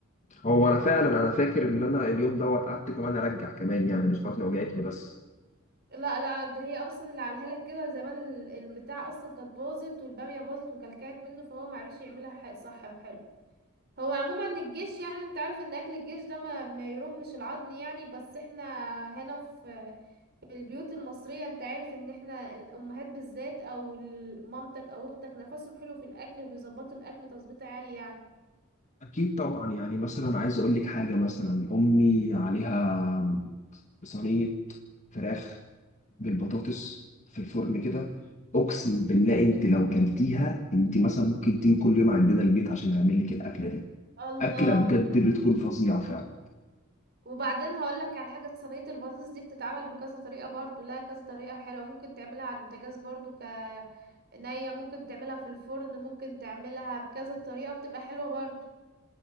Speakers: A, on the left; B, on the right.
A: هو انا فعلا انا فاكر ان انا اليوم دوت قعدت كمان ارجع كمان يعني مش بطني وجعتني بس
B: لا لا ده هي اصلا اللي عاملها لك كده زمان ال- البتاع اصلا كانت باظت والبامية باظت وكلكعت منه فهو معرفش يعملها ح- صح وحلو هو عموما الجيش يعني انت عارف ان اكل الجيش ده ما, ما يرمش العظم يعني بس احنا هنا في البيوت المصرية انت عارف ان احنا الامهات بالذات او ال- مامتك او اختك نفسهم حلو في الاكل وبيظبطوا الاكل تظبيط عالي يعني
A: اكيد طبعا يعني مثلا عايز اقول لك حاجه مثلا امي عليها صينيه فراخ بالبطاطس في الفرن كده اقسم بالله انت لو كلتيها انت مثلا ممكن تيجي كل يوم عندنا البيت عشان نعمل لك الاكله دي
B: الله
A: اكله بجد بتكون فظيعه فعلا
B: وبعدين هقولك على حاجة صينية البطاطس دي بتتعمل بكذا طريقة برضو لها كذا طريقة حلوة ممكن تعملها على البوتاجاز برضو ك نية ممكن تعملها في الفرن ممكن تعملها بكذا طريقة بتبقى حلوة برضو